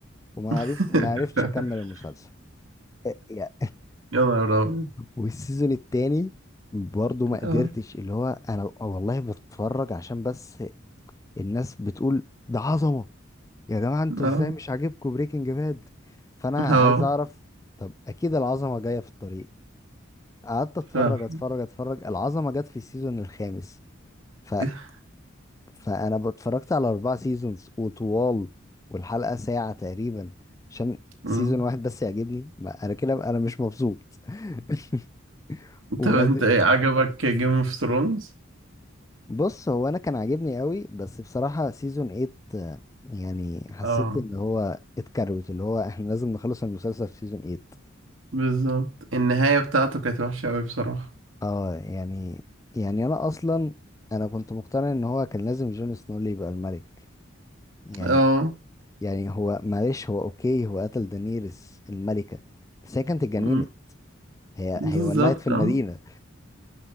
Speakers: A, on the left; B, on the right.
A: وما
B: <laughs>
A: عرفت ما عرفتش اكمل المسلسل يا-
B: يا نهار ابيض
A: والسيزون التاني برضه ما قدرتش
B: اه
A: اللي هو انا آه والله بتفرج عشان بس الناس بتقول ده عظمة يا جماعة انتوا
B: اه
A: ازاي مش عاجبكم بريكنج باد فانا
B: اه
A: عايز اعرف طب اكيد العظمة جاية في الطريق قعدت اتفرج
B: فعلا.
A: اتفرج اتفرج العظمه جت في السيزون الخامس ف...
B: <laughs>
A: فانا اتفرجت على اربع سيزونز وطوال والحلقه ساعه تقريبا عشان
B: مم.
A: سيزون واحد بس يعجبني ما انا كده انا مش مبسوط <laughs> وبعد
B: طب انت ايه عجبك جيم اوف ثرونز
A: بص هو انا كان عاجبني قوي بس بصراحه سيزون 8 يعني حسيت
B: اه
A: ان هو اتكروت اللي هو احنا لازم نخلص المسلسل في سيزون 8
B: بالظبط النهاية بتاعته كانت وحشة قوي بصراحة
A: اه يعني يعني انا اصلا انا كنت مقتنع ان هو كان لازم جون سنو اللي يبقى الملك يعني
B: اه
A: يعني هو معلش هو اوكي هو قتل دانيرس الملكة بس هي كانت اتجننت
B: مم.
A: هي هي
B: بالظبط
A: ولعت في المدينة
B: اه